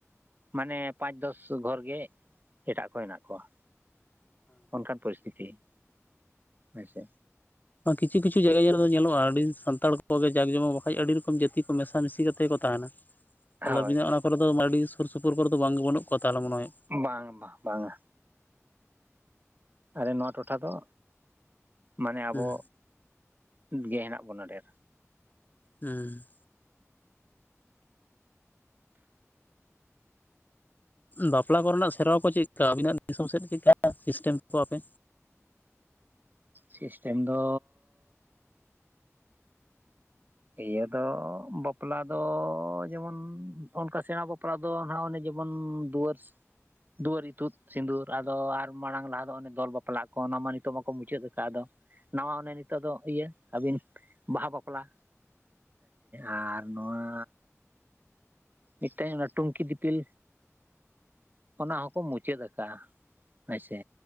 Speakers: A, on the right; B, on the left.
A: ᱢᱟᱱᱮ ᱯᱟᱸᱪ ᱫᱚᱥ ᱜᱷᱚᱨ ᱜᱮ ᱮᱴᱟᱜ ᱠᱚ ᱦᱮᱱᱟᱜ ᱠᱚᱣᱟ᱾ ᱚᱱᱠᱟᱱ ᱯᱚᱨᱤᱥᱛᱷᱤᱛᱤ ᱦᱩᱭ ᱥᱮ᱾
B: ᱠᱤᱪᱷᱩ ᱠᱤᱪᱷᱩ ᱡᱟᱭᱜᱟ ᱧᱮᱞ ᱫᱚ ᱧᱮᱞᱚᱜᱼᱟ ᱟᱹᱰᱤ ᱥᱟᱱᱛᱟᱲ ᱠᱚᱜᱮ ᱡᱟᱠ ᱡᱚᱢᱚᱠ ᱵᱟᱠᱟᱡ ᱟᱹᱰᱤ ᱨᱚᱠᱚᱢ ᱡᱟᱹᱛᱤ ᱠᱚ ᱢᱮᱥᱟᱢᱤᱥᱤ ᱠᱟᱛᱮ ᱠᱚ ᱛᱟᱦᱮᱱᱟ᱾ ᱛᱟᱦᱚᱞᱮ
A: ᱦᱳᱭ
B: ᱟᱵᱤᱱᱟ ᱚᱱᱟ ᱠᱚᱨᱮ ᱫᱚ <inaudible> ᱥᱩᱨ ᱥᱩᱯᱩᱨ ᱠᱚᱨᱮ ᱫᱚ ᱵᱟᱝ ᱵᱟᱹᱱᱩᱜ ᱠᱚᱣᱟ ᱛᱟᱦᱚᱞᱮ ᱢᱚᱱᱮ ᱦᱚᱭ?
A: ᱵᱟᱝ ᱵᱟᱝ ᱵᱟᱝᱼᱟ᱾ ᱟᱞᱮ ᱱᱚᱣᱟ ᱴᱚᱴᱷᱟ ᱫᱚ ᱢᱟᱱᱮ ᱟᱵᱚ
B: ᱦᱩᱸ
A: ᱜᱮ ᱦᱮᱱᱟᱜ ᱵᱚᱱᱟ ᱰᱷᱮᱨ᱾
B: ᱦᱮᱸ᱾ ᱵᱟᱯᱞᱟ ᱠᱚᱨᱮᱱᱟᱜ ᱥᱮᱨᱣᱟ ᱠᱚ ᱪᱮᱫᱠᱟ ᱟᱵᱤᱱᱟᱜ ᱫᱤᱥᱚᱢ ᱥᱮᱫ ᱪᱮᱫᱠᱟ ᱥᱤᱥᱴᱮᱢ ᱠᱚ ᱟᱯᱮ
A: ᱥᱤᱥᱴᱮᱢ ᱫᱚᱻᱻ᱾ ᱤᱭᱟᱹ ᱫᱚ ᱵᱟᱯᱞᱟ ᱫᱚ ᱡᱮᱢᱚᱱ ᱚᱱᱠᱟ ᱥᱮᱬᱟ ᱵᱟᱯᱞᱟ ᱫᱚ ᱫᱚ ᱦᱟᱜ ᱚᱱᱮ ᱡᱮᱢᱚᱱ ᱫᱩᱣᱟᱹᱨ ᱫᱩᱣᱟᱹᱨ ᱤᱛᱩᱫ ᱥᱤᱸᱫᱩᱨ ᱟᱫᱚ ᱟᱨ ᱢᱟᱲᱟᱝ ᱞᱟᱦᱟ ᱫᱚ ᱚᱱᱮ ᱫᱚᱞ ᱵᱟᱯᱞᱟ ᱠᱚ ᱚᱱᱟ ᱢᱟ ᱱᱤᱛᱚᱜ ᱢᱟᱠᱚ ᱢᱩᱪᱟᱹᱫ ᱟᱠᱟᱫ, ᱟᱫᱚ ᱱᱟᱣᱟ ᱚᱱᱮ ᱱᱤᱛᱚᱜ ᱫᱚ ᱤᱭᱟᱹ ᱟᱹᱵᱤᱱ ᱵᱟᱦᱟ ᱵᱟᱯᱞᱟ᱾ <inaudible> ᱟᱨ ᱱᱚᱣᱟ᱾ ᱢᱤᱫᱴᱮᱱ ᱚᱱᱟ ᱴᱩᱝᱠᱤ ᱫᱤᱯᱤᱞ, ᱚᱱᱟ ᱦᱚᱸᱠᱚ ᱢᱩᱪᱟᱹᱫ ᱠᱟᱜᱼᱟ, ᱦᱚᱭ ᱥᱮ